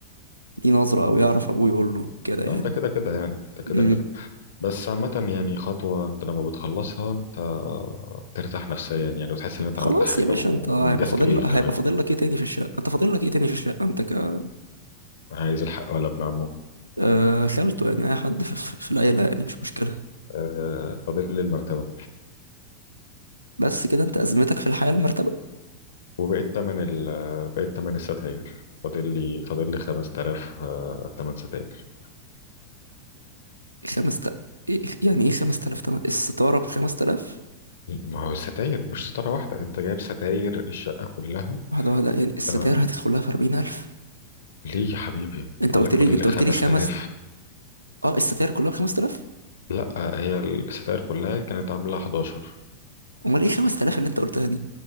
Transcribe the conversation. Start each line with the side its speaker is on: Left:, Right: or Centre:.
Right: ليه نظرة او يعرف ابوه يقول له كده يعني
Left: اه ده كده كده يعني ده كده
Right: امم
Left: كده بس عامة يعني خطوة انت لما بتخلصها انت بترتاح نفسيا يعني وتحس ان
Right: انت
Left: انت
Right: خلاص
Left: عملت حاجة
Right: يا باشا
Left: و...
Right: انت هيبقى
Left: وانجاز
Right: فاضل
Left: كبير
Right: هيبقى
Left: كمان
Right: فاضل لك ايه تاني في الشقة انت فاضل لك ايه تاني في الشقة انت ك
Left: عايز الحق ولا ابن عمه
Right: آه خالته يعني أي حد في, في في العيلة يعني مش مشكلة
Left: آه فاضل لي المرتبة
Right: بس كده أنت أزمتك في الحياة المرتبة
Left: وبقيت تمن ال بقيت تمن الستاير فاضل لي فاضل لي 5000 آه، تمن ستاير
Right: خمس تا... إيه يعني إيه خمس تلاف تمن الستارة بخمس تلاف
Left: ما هو الستاير مش ستارة واحدة انت جايب ستاير الشقة كلها
Right: واحدة واحدة يعني الستاير
Left: تمام
Right: هتدخلها في أربعين ألف
Left: ليه يا حبيبي
Right: أنت
Left: بقول
Right: قلت
Left: لك
Right: لي
Left: فاضل
Right: أنت
Left: لي 5000
Right: قلت لي خمس أه الستاير كلها بخمس تلاف
Left: لا هي الستاير كلها كانت عاملة 11
Right: أمال إيه خمس تلاف اللي أنت قلتها دي